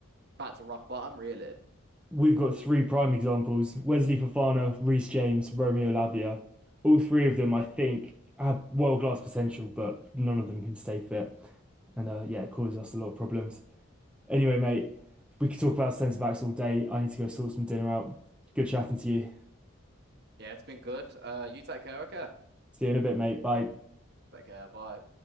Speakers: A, on the right; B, in the centre.
A: back to rock bottom, really.
B: We've got three prime examples: Wesley Fofana, Reece James, Romeo Lavia. All three of them, I think, have world class potential, but none of them can stay fit, and uh, yeah, it causes us a lot of problems. Anyway, mate, we could talk about centre backs all day. I need to go sort some dinner out. Good chatting to you.
A: Yeah, it's been good. Uh, you take care, okay?
B: See you in a bit, mate. Bye.
A: Take care. Bye.